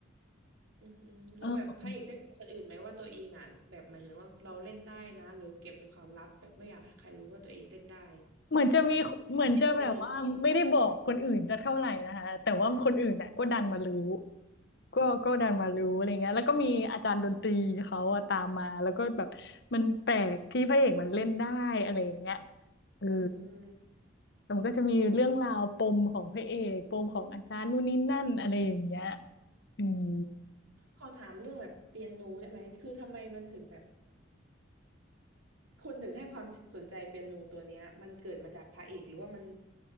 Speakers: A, on the right; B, on the left.
A: อืมอืมแล้วแบบพระเอกได้บอกคนอื่นไหมว่าตัวเองอ่ะแบบหมายถึงว่าเราเล่นได้นะหรือเก็บเป็นความลับแบบไม่อยากให้ใครรู้ว่าตัวเองเล่นได้
B: เออ เหมือนจะมีเหมือนจะแบบว่าไม่ได้บอกคนอื่นจะเท่าไหร่นะคะแต่ว่าคนอื่นน่ะก็ดันมารู้
A: เล่นเปียโนตัวนี้ได้
B: ก็ก็ดันมารู้อะไรเงี้ยแล้วก็มีอาจารย์ดนตรีเขาอะตามมาแล้วก็แบบมันแปลกที่พระเอกมันเล่นได้อะไรอย่างเงี้ย
A: อ่า
B: เออ
A: อืมอืม
B: แต่มันก็จะมีเรื่องราวปมของพระเอกปมของอาจารย์นู่นนี่นั่นอะไรอย่างเงี้ยอืม
A: ขอถามเรื่องแบบเปียโนได้ไหมคือทำไมมันถึงแบบคุณถึงให้ความสนใจเปียโนตัวเนี้ยมันเกิดมาจากพระเอกหรือว่ามัน